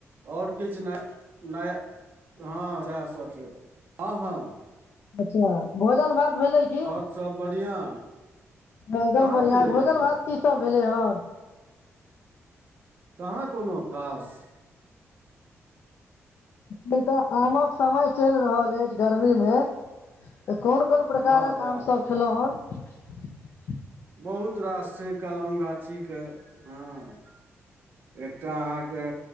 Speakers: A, on the right; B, on the left.
A: और किछ नै नै हाँ साएह सब छै हाँ-हाँ।
B: चा भोजन भात भेलै कि
A: और सब बढ़िआँ
B: एगदम
A: कहाँ
B: बढ़िया
A: भेलै
B: भोजन-भात
A: हँ
B: की सब भेले हन
A: कहाँ कोनो खास
B: ने तऽ आमक समय चैल रहल तेज गरमी मे ए कोन-कोन प्रकारक
A: वाह वाह
B: आम सब खेलौ हन। <unintelligible>
A: बहुत रास छै कलम गाछी के, हाँ एकटा अहाँ के